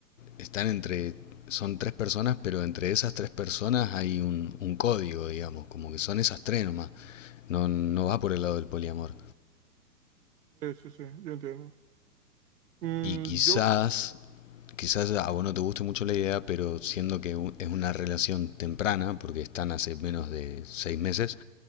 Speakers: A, on the left; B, on the right.
A: están entre, son tres personas, pero entre esas tres personas hay un, un código, digamos, como que son esas tres nomás, no, no va por el lado del poliamor.
B: Sí, sí, sí, yo entiendo. Mm,
A: Y quizás,
B: yo,
A: quizás a vos no te guste mucho la idea, pero siendo que u- es una relación temprana, porque están hace menos de seis meses,